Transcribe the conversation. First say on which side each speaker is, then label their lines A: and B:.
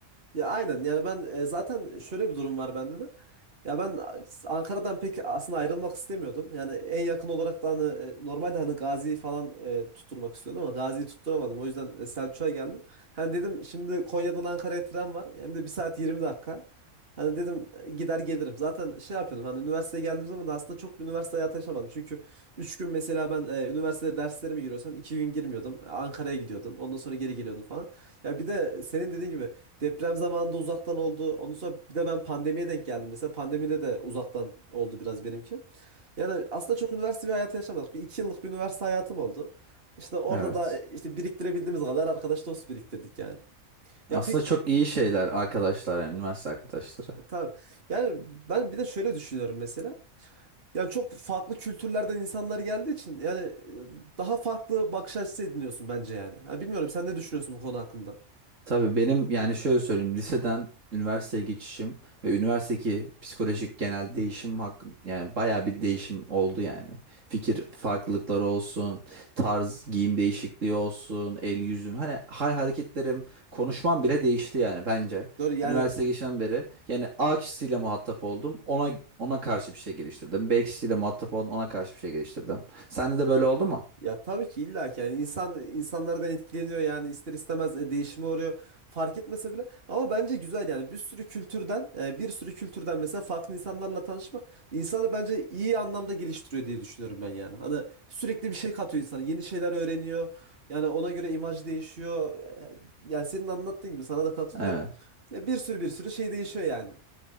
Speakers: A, on the right; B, on the right.
A: Ya aynen yani ben e, zaten şöyle bir durum var bende de. Ya ben Ankara'dan pek aslında ayrılmak istemiyordum. Yani en yakın olarak da hani e, normalde hani Gazi'yi falan e, tutturmak istiyordum ama Gazi'yi tutturamadım. O yüzden e, Selçuk'a geldim. Hani dedim şimdi Konya'dan Ankara'ya tren var. Hem de bir saat 20 dakika. Hani dedim e, gider gelirim. Zaten şey yapıyordum hani Üniversiteye geldiğim zaman da aslında çok bir üniversite hayatı yaşamadım. Çünkü 3 gün mesela ben e, üniversitede derslerime giriyorsam 2 gün girmiyordum. Ankara'ya gidiyordum. Ondan sonra geri geliyordum falan. Ya bir de senin dediğin gibi deprem zamanında uzaktan oldu. Ondan sonra bir de ben pandemiye denk geldim. Mesela pandemide de uzaktan oldu biraz benimki. Yani aslında çok üniversite bir hayatı yaşamadık. Bir 2 yıllık bir üniversite hayatım oldu. İşte orada
B: Evet.
A: da e, işte biriktirebildiğimiz kadar arkadaş dost biriktirdik yani.
B: Aslında
A: Ya pek
B: çok iyi şeyler arkadaşlar yani üniversite arkadaşları.
A: tabii. Yani ben bir de şöyle düşünüyorum mesela. Yani çok farklı kültürlerden insanlar geldiği için yani e, daha farklı bakış açısı ediniyorsun bence yani. Ha, bilmiyorum sen ne düşünüyorsun bu konu hakkında?
B: Tabii benim yani şöyle söyleyeyim liseden üniversiteye geçişim ve üniversitedeki psikolojik genel değişim hakkın yani bayağı bir değişim oldu yani. Fikir farklılıkları olsun, tarz giyim değişikliği olsun, el yüzün hani hal hareketlerim, konuşmam bile değişti yani bence.
A: Evet. Doğru yani
B: Üniversiteye geçen beri yani A kişisiyle muhatap oldum. Ona ona karşı bir şey geliştirdim. B kişisiyle muhatap oldum. Ona karşı bir şey geliştirdim. Sende de böyle oldu mu?
A: Ya tabii ki illa ki yani insan insanlardan etkileniyor yani ister istemez e, değişime uğruyor fark etmese bile ama bence güzel yani bir sürü kültürden e, bir sürü kültürden mesela farklı insanlarla tanışmak insanı bence iyi anlamda geliştiriyor diye düşünüyorum ben yani. Hani sürekli bir şey katıyor insana yeni şeyler öğreniyor yani ona göre imaj değişiyor E, yani senin anlattığın gibi sana da katılıyorum
B: Evet.
A: E, bir sürü bir sürü şey değişiyor yani.